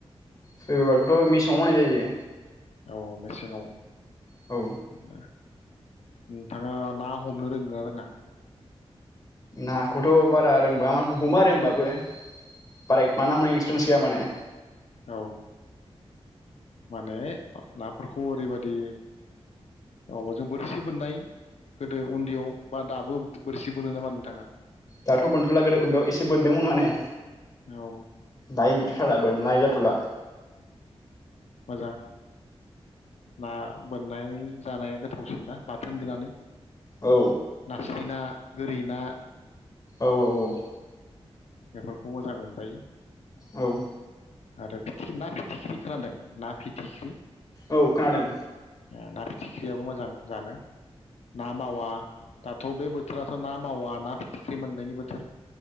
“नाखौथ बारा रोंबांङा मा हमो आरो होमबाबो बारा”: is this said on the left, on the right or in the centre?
Left